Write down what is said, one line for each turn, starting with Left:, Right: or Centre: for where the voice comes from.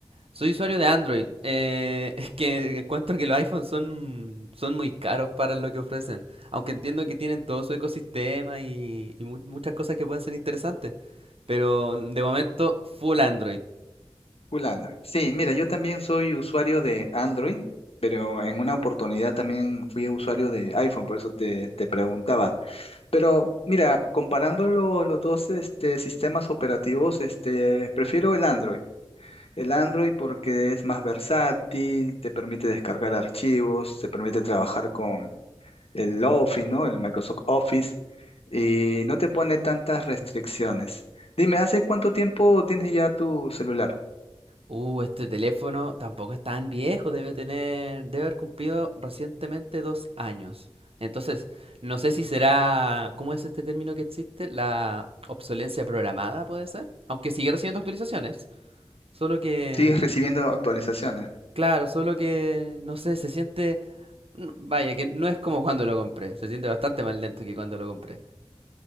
Right: Soy usuario de Android. eh, <laughs> es que encuentro que los iPhones son, son muy caros para lo que ofrecen. Aunque entiendo que tienen todo su ecosistema y, y mu- muchas cosas que pueden ser interesantes. Pero de momento, full Android.
Left: Full Android. Sí, mira, yo también soy usuario de Android, pero en una oportunidad también fui usuario de iPhone, por eso te, te preguntaba. Pero mira, comparando lo- los dos este, sistemas operativos, este, prefiero el Android. El Android porque es más versátil, te permite descargar archivos, te permite trabajar el Office, ¿no? El Microsoft Office, y no te pone tantas restricciones. Dime, ¿hace cuánto tiempo tienes ya tu celular?
Right: Uh, este teléfono tampoco es tan viejo, debe tener, debe haber cumplido recientemente dos años. Entonces, no sé si será, ¿cómo es este término que existe? La obsolencia programada, puede ser. Aunque sigue recibiendo actualizaciones, solo que,
Left: ¿Sigues recibiendo
Right: no-
Left: actualizaciones?
Right: claro, solo que, no sé, se siente, mm, vaya, que no es como cuando lo compré, se siente bastante más lento que cuando lo compré.